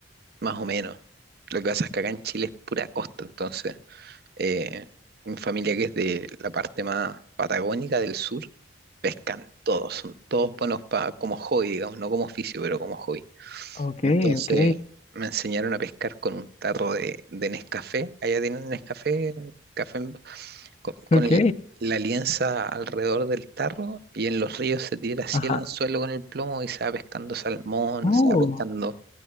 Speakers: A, on the right; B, on the left.
A: más o menos. Lo que pasa es que acá en Chile es pura costa, entonces eh, mi familia que es de la parte más patagónica del sur, pescan todos, son todos buenos pa- como hobby, digamos, no como oficio, pero como hobby.
B: Ok,
A: Entonces
B: ok,
A: me enseñaron a pescar con un tarro de, de Nescafé, allá tienen Nescafé, café en- con, con
B: ok,
A: el- la lienza alrededor del tarro y en los ríos se tira así
B: ajá.
A: el anzuelo con el plomo y se va pescando salmón,
B: Oh,
A: se va pescando